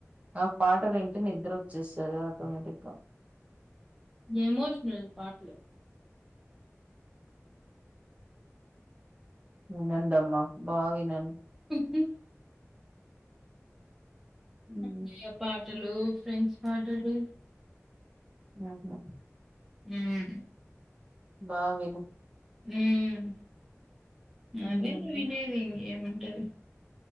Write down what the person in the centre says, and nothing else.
ఎమోషనల్ పాట్లు
ఇప్పటి
అన్న్య పాటలు ఫ్రెండ్స్ పాటలు
హ్మ్
ఉమ్మ్
అవే వినేది ఇంకేముంటది